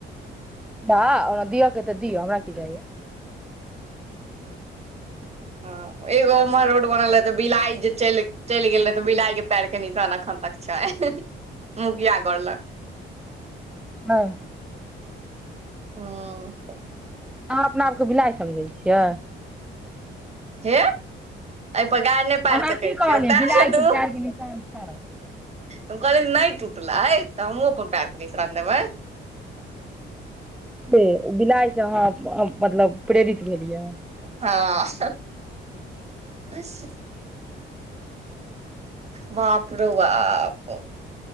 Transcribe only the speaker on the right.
हँ एगो उम्हर रोड बनल रहे त बिलाइ जे चलि गेल रहे त बिलाइ के पैर के निशान एखन तक छै मुखिया घर लग
हँ
हे अई प गारि नहि पारि
सकै
छियौ तैंह
तूं
त
हम कहलियै नहि टूटलै तऽ हमूँ अपन पैर क निशान देबै
हँ ह्ह बाप रौ बाप